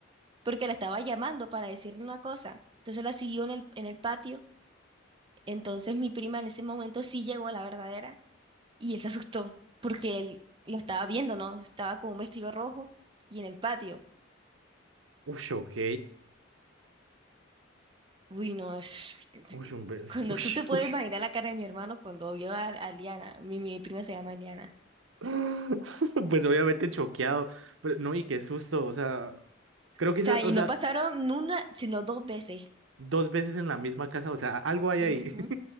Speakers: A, on the right; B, on the right.
A: porque la estaba llamando para decirle una cosa. Entonces la siguió en el, en el patio. Entonces mi prima en ese momento sí llegó a la verdadera y él se asustó porque él lo estaba viendo, ¿no? Estaba con un vestido rojo y en el patio.
B: Uy, ok.
A: Uy, no, es... <laughs>
B: Uy, un bes-
A: Cuando
B: uy,
A: tú te puedes
B: uy.
A: imaginar la cara de mi hermano cuando vio a, a Liana, mi, mi prima se llama Liana.
B: <laughs> Pues obviamente choqueado. Pero, no, y qué susto. O sea, creo que
A: O sea,
B: esa,
A: y
B: o
A: no
B: sea,
A: pasaron ni una, sino dos veces.
B: dos veces en la misma casa, o sea, algo hay
A: Ujú.
B: ahí.